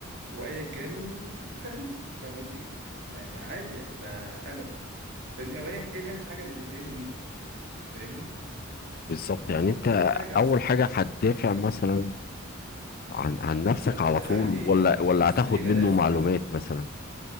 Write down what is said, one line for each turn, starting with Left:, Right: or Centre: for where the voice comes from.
Right: وايا كان و- وخدته فاهم قصدي ايه؟ يعني عادي يعني ده قلم فاهمني او ايا كان يعني الحاجه اللي بيتهمني بيها فاهمني
Left: بالظبط يعني انت
Right: دي حاجه
Left: اول
Right: مثلا
Left: حاجه هتدافع مثلا عن عن نفسك
Right: لا
Left: على
Right: هدافع
Left: طول
Right: عن ايه
Left: ولا
Right: انا
Left: ولا
Right: مستحيل
Left: هتاخد منه
Right: ادافع
Left: معلومات
Right: لا
Left: مثلا